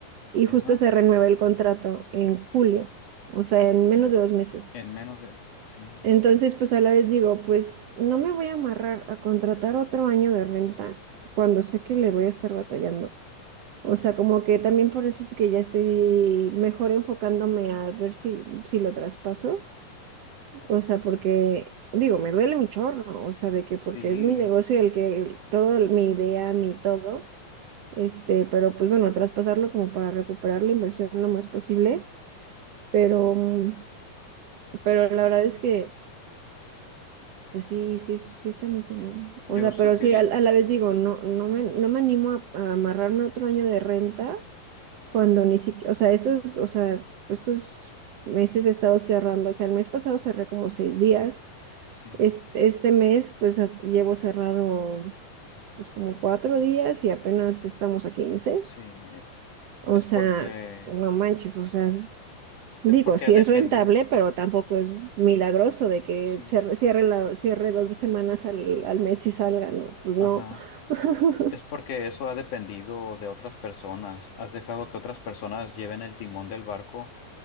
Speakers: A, on the right; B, on the left.
A: y
B: Ajá,
A: justo se renueva el contrato en julio, o sea, en menos de dos meses.
B: en menos de... Sí,
A: Entonces, pues a la vez digo, pues no me voy a amarrar a contratar otro año de renta cuando sé que le voy a estar batallando. O sea, como que también por eso es que ya estoy mejor enfocándome a ver si, si lo traspaso o sea, porque, digo, me duele mi chorro, o sea, de que
B: sí,
A: porque es mi negocio y el que el- todo, el- mi idea, mi todo, este, pero pues bueno, traspasarlo como para recuperar la inversión lo más posible, pero, mm, pero la verdad es que, pues sí, sí, es- sí está muy cañón. O
B: yo
A: sea,
B: sugerí...
A: pero sí, a, a la vez digo, no, no me, no me animo a, a amarrarme otro año de renta cuando ni siquiera, o sea, estos, o sea, estos meses he estado cerrando, o sea, el mes pasado cerré como seis días.
B: Sí,
A: Este, este mes, pues as- llevo cerrado pues como cuatro días y apenas estamos a quince
B: sí, eh,
A: O
B: es
A: sea,
B: porque...
A: no manches, o sea, es- digo,
B: Es porque
A: sí
B: ha dependido.
A: es rentable, pero tampoco es milagroso de que
B: Sí,
A: cer- cierre, la, cierre dos semanas al, al mes y salga, no, pues no.
B: ajá.
A: <laughs>
B: Es porque eso ha dependido de otras personas. Has dejado que otras personas lleven el timón del barco